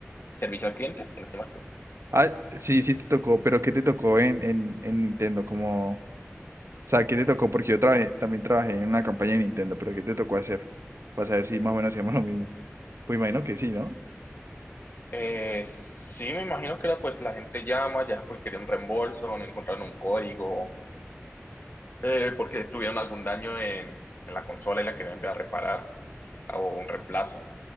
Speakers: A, on the left; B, on the right.
A: servicio al cliente, en este marco.
B: Ah, sí, sí te tocó, pero ¿qué te tocó en, en, en Nintendo? Como, o sea, ¿qué te tocó? Porque yo trabajé, también trabajé en una campaña de Nintendo, pero ¿qué te tocó hacer? Para saber si más o menos hacíamos lo mismo. Pues imagino que sí, ¿no?
A: Eh, sí, me imagino que era pues la gente llama, ya sea porque quería un reembolso, no encontraron un código, eh, porque tuvieron algún daño en, en la consola y la querían enviar a reparar, o un reemplazo.